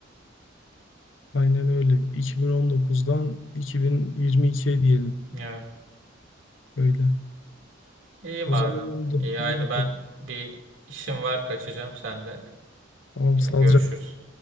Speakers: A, on the left; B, on the right.
A: Aynen öyle. 2019'dan 2022'ye diyelim
B: Evet.
A: öyle.
B: İyi madem.
A: O zaman oldu.
B: İyi haydi
A: İyi bakalım.
B: ben bir işim var kaçacağım. Sen de
A: Tamam
B: yine
A: sağlıcakla.
B: görüşürüz.